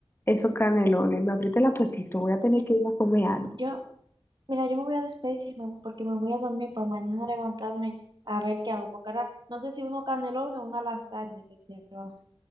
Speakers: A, on the left; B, on the right.
A: esos canelones. Me abriste el apetito, voy a tener
B: mira,
A: que ir a comer algo.
B: yo, mira, yo me voy a despedirme porque me voy a dormir para mañana levantarme a ver qué hago, porque ahora no sé si uno canelón o una lasaña que quiero hacer.